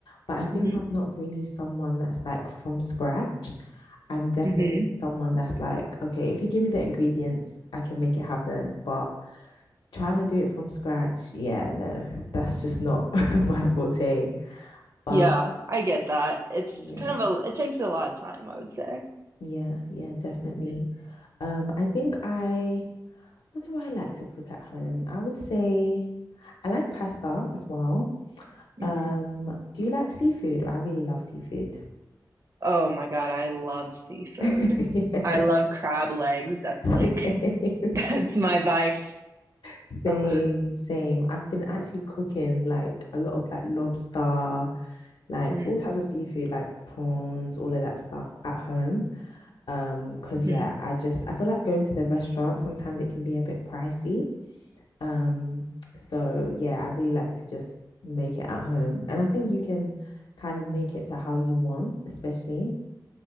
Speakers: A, on the left; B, on the right.
A: but I think
B: hmm
A: I'm not really someone that's like from scratch. I'm definitely
B: hmm
A: someone that's like, okay, if you give me the ingredients, I can make it happen. But trying to do it from scratch, yeah, no, that's just not <laughs> my forte. But
B: Yeah, I get that. It's
A: yeah,
B: kind of a, it takes a lot of time, I would say.
A: yeah, yeah, definitely.
B: hmm
A: Um, I think I What do I like to cook at home? I would say I like pasta as well.
B: hmm
A: Um, do you like seafood? I really love seafood.
B: Oh my God, I love seafood.
A: <laughs> Yeah.
B: I love crab legs. That's
A: Same,
B: like,
A: <laughs>
B: <laughs> that's my vice.
A: same,
B: Ugh.
A: same. I've been actually cooking like a lot of like lobster, like
B: Mm.
A: all types of seafood, like prawns, all of that stuff at home. Um, because
B: hmm
A: yeah, I just I feel like going to the restaurant sometimes it can be a bit pricey. Um, so yeah, I really like to just make it at home. And I think you can kind of make it to how you want, especially.